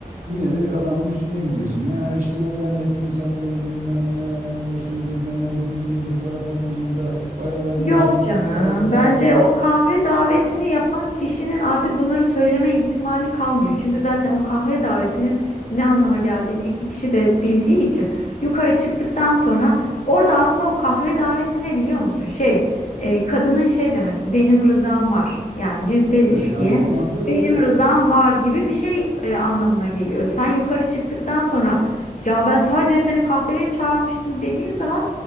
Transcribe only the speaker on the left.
Yok
canım.
Bence o kahve davetini yapan kişinin artık bunları söyleme ihtimali kalmıyor. Çünkü zaten o kahve davetinin ne anlama geldiğini iki kişi de bildiği için yukarı çıktıktan sonra orada aslında o kahve daveti ne biliyor musun? Şey, e, kadının şey demesi benim rızam var. Yani cinsel ilişkiye
benim rızam var gibi bir şey e, anlamına geliyor. Sen yukarı çıktıktan sonra ya ben sadece seni kahveye çağırmıştım dediğin zaman